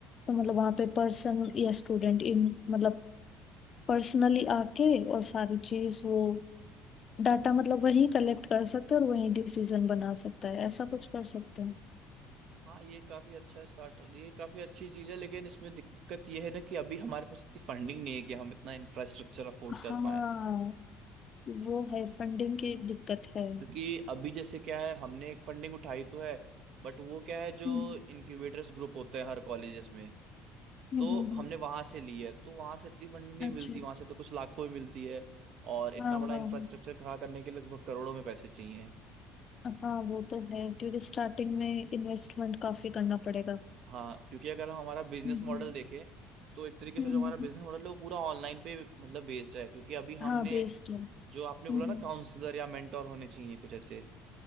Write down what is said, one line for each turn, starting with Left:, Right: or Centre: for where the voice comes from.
Left: तो मतलब वहाँ पे पर्सन या स्टूडेंट इन मतलब पर्सनली आके और सारी चीज वो डाटा मतलब वही कलेक्ट कर सकते हैं और वही डिसीजन बना सकता है ऐसा कुछ कर सकते हैं
Right: हाँ ये काफी अच्छा स्टार्ट ये काफी अच्छी चीज है लेकिन इसमें दिक्कत ये है ना कि अभी हमारे पास इतनी फंडिंग नहीं है कि हम इतना इंफ्रास्ट्रक्चर अफोर्ड
Left: हाँ
Right: कर पाए
Left: वो है फंडिंग की दिक्कत है
Right: क्योंकि अभी जैसे क्या है हमने एक फंडिंग उठाई तो है बट वो क्या है जो
Left: हम्म
Right: इनक्यूबेटर्स ग्रुप होते हैं हर कॉलेजेस में
Left: हम्म,
Right: तो
Left: हम्म,
Right: हमने वहां से ली है तो वहां से इतनी फंडिंग नहीं
Left: अच्छा
Right: मिलती वहां से तो कुछ लाखों में मिलती है और इतना
Left: हाँ
Right: बड़ा
Left: हाँ
Right: इंफ्रास्ट्रक्चर खड़ा करने के लिए लगभग करोड़ों में पैसे चाहिए
Left: हाँ हाँ, वो तो है क्योंकि स्टार्टिंग में इन्वेस्टमेंट काफी करना पड़ेगा
Right: हाँ क्योंकि अगर हम हमारा बिजनेस
Left: हम्म
Right: मॉडल देखें तो एक तरीके
Left: हम्म,
Right: से जो हमारा बिजनेस मॉडल है वो पूरा ऑनलाइन पे मतलब बेस्ड है क्योंकि अभी हमने
Left: हाँ बेस्ट है
Right: जो आपने
Left: हम्म
Right: बोला ना काउंसलर या मेंटोर होने चाहिए कुछ ऐसे